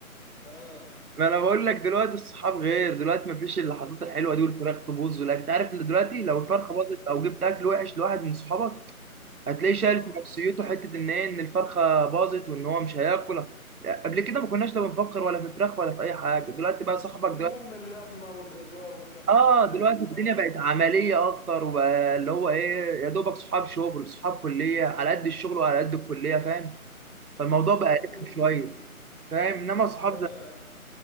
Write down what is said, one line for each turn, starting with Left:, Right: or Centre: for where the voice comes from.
Centre: ها
Right: ما انا بقول لك دلوقتي الصحاب غير دلوقتي مفيش اللحظات الحلوه دي والفراخ تبوظ ولا انت عارف اللي دلوقتي لو الفرخه
Centre: اه
Right: باظت او جبت اكل وحش لواحد من صحابك هتلاقيه شايل
Centre: آه.
Right: في نفسيته حته ان ايه ان الفرخه باظت وان هو مش هياكل قبل كده ما كناش لا بنفكر ولا في فراخ ولا في اي حاجه دلوقتي بقى صاحبك
Centre: المهم
Right: دلوقتي
Centre: اللمة والهزار والضحك
Right: اه
Centre: والأغاني
Right: دلوقتي
Centre: وخلاص
Right: الدنيا بقت عمليه اكتر وبقى اللي هو ايه يا دوبك صحاب شغل صحاب كليه على قد الشغل وعلى قد الكليه فاهم فالموضوع
Centre: مظبوط
Right: بقى رخم شويه
Centre: مم.
Right: فاهم انما صحاب
Centre: لا لا.